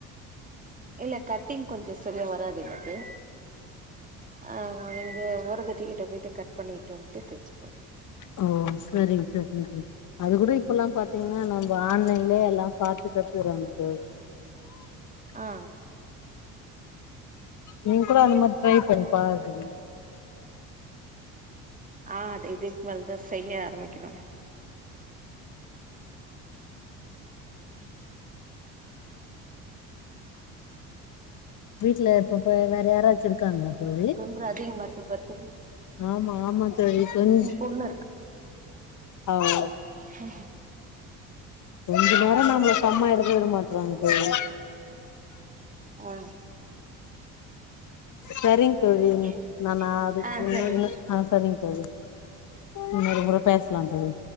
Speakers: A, on the right (about 20°); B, on the left (about 50°).
A: இல்ல கட்டிங் கொஞ்சம் செரியா வராது எனக்கு ஆ எங்க ஒரகத்திக்கிட்ட போயிட்டு கட் பண்ணிட்டு வந்துட்டு தைச்சுக்கோ
B: ஓ செரிங் செரிங்க தோழி அது கூட இப்ப எல்லா பாத்தீங்கன்னா நம்ம ஆன்லைன்லயே எல்லாம் பாத்து கத்துக்குறங்கா தோழி
A: ஆ
B: நீங்களும் அந்த மாரி ட்ரை பண்ணி பாருங்க
A: ஆ அது இதுக் மேல தா செய்ய ஆரம்பிக்கணு ம்
B: வீட்ல இப்பப்ப வேற யாராச்சு இருக்காங்ளா தோழி
A: ப்ரூ அதிகமா இருக்கா பாத் சொல்லு
B: ஆமா ஆமா தோழி கொஞ்
A: பொண்ணு
B: ஆமா
A: ஹஹ
B: கொஞ்ச நேரோ நம்மள செம்மா இருக்க விட மாட்றாங்க தோழி
A: ஆ
B: சரிங் தோழி
A: ம்
B: நா நா அதுக்
A: ஆ
B: ம்
A: சரி
B: ஆ சரிங் தோழி ம் ஒரு முற பேசலா தோழி